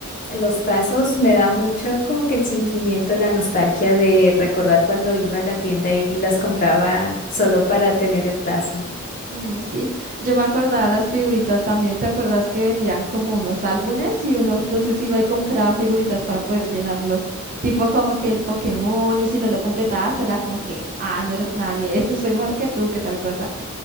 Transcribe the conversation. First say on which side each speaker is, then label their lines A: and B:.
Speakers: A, on the left; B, on the right.
A: mm, los tazos, me da mucho como que el sentimiento, la nostalgia de recordar cuando iba a la tienda y las compraba solo para tener el tazo.
B: Mm, sí, yo me acordaba las figuritas también. ¿Te acuerdas que vendían como unos álbumes y uno entonces iba y compraba figuritas para poder llenarlos? Tipo como que el Pokémon y si no lo completabas era como que, ah, no eres nadie, <laughs> soy mejor que tú, qué tal cosa.